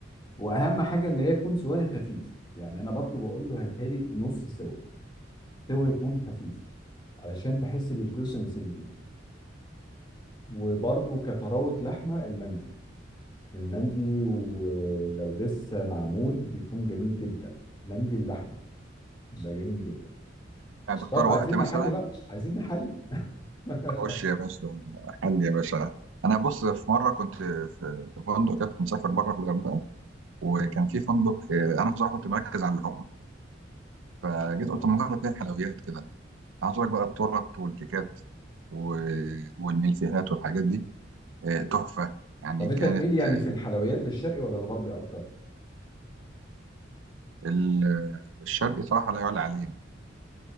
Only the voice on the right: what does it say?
يعني تختار
وقت
مثلا
خش يا باشا حل يا باشا انا بص في مره كنت في في فندق كده كنت مسافر بره في الغردقه وكان في فندق آه، انا بصراحه كنت مركز على اللحوم فجيت
قلت ما اجرب كده الحلويات كده عايز أقول لك بقى التورت والكيكات و- والملفيهات والحاجات دي آه، تحفه يعني
كانت
آه،
ال- الشرقي صراحه لا يعلى عليه